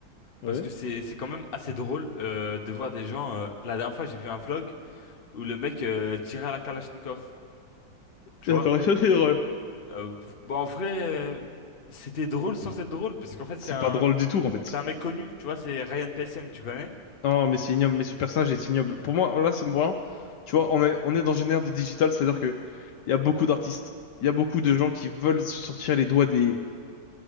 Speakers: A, on the left (about 70°); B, on the left (about 45°).
A: Ouais.
B: parce que c'est c'est quand même assez drôle euh, de voir des gens. euh, La dernière fois, j'ai vu un vlog. où le mec euh, tirait à la Kalachnikov, tu
A: Et
B: vois.
A: encore <laughs> c'est drôle.
B: Euh, pff, bah, en vrai, euh, c'était drôle sans être drôle, parce qu'en fait, c'est
A: C'est
B: un,
A: pas drôle du tout, en fait.
B: c'est un mec connu, tu vois, c'est Ryan Pessen, tu connais?
A: Non, mais c'est ignoble. Mais ce personnage est ignoble. Pour moi, là, c'est moi. Tu vois, on est, on est dans une ère des digital c'est-à-dire que il y a beaucoup d'artistes, il y
B: Hmm.
A: a beaucoup de gens qui veulent se sortir les doigts des,